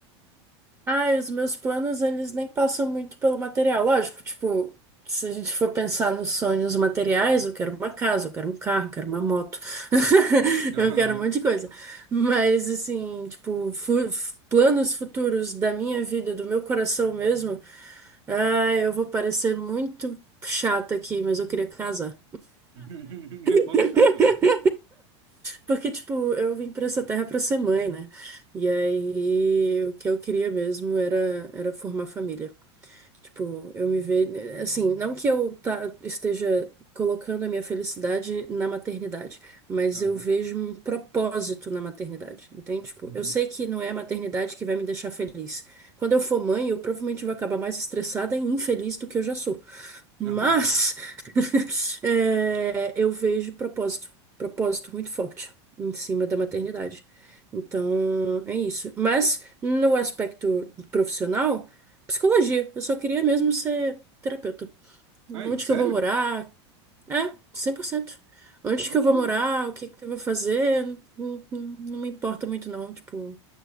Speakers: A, on the right; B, on the right.
A: Ai, os meus planos, eles nem passam muito pelo material. Lógico, tipo, se a gente for pensar nos sonhos materiais, eu quero uma casa, eu quero um carro, eu quero uma moto, <laughs>
B: Aham.
A: eu quero um monte de coisa. Mas, assim, tipo, fu- planos futuros da minha vida, do meu coração mesmo, ai, eu vou parecer muito chata aqui, mas eu queria casar.
B: <laughs> Eu
A: <laughs>
B: boto fé, velho.
A: Porque, tipo, eu vim pra essa terra pra ser mãe, né? E aí, o que eu queria mesmo era, era formar família. Tipo, eu me vejo. Assim, não que eu tá, esteja colocando a minha felicidade na maternidade, mas
B: Aham.
A: eu vejo um propósito na maternidade, entende? Tipo,
B: Uhum.
A: eu sei que não é a maternidade que vai me deixar feliz. Quando eu for mãe, eu provavelmente vou acabar mais estressada e infeliz do que eu já sou. Mas.
B: <laughs> Aham.
A: <laughs> É, eu vejo propósito, propósito muito forte em cima da maternidade. Então, é isso. Mas no aspecto profissional, psicologia, eu só queria mesmo ser terapeuta. Onde
B: Ai, sério?
A: que eu vou morar? É, cem por cento Onde
B: Ok.
A: que eu vou morar, o que que eu vou fazer, não, não- não me importa muito não, tipo,